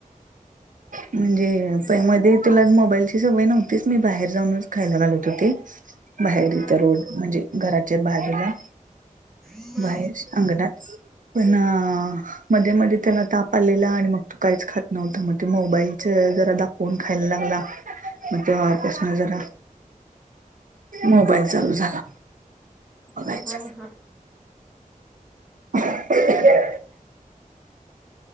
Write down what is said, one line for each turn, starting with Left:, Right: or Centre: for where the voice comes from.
Right: म्हणजे मध्ये तुला मोबाईलची सवय नव्हतीच मी बाहेर जाऊनच खायला घालवत होते. बाहेर
Centre: हा
Right: इथं रोड म्हणजे घराच्या बाजुला
Centre: हा
Right: बाहेर. अंगणात पण मध्ये मध्ये त्याला ताप आलेला आणि मग तु काहीच खात नव्हत मग ते मोबाईलच जरा दाखवुन खायला लागला. म ते वापास नजरा. मोबाईल चालु झाला बघायच.
Centre: हा हा
Right: ह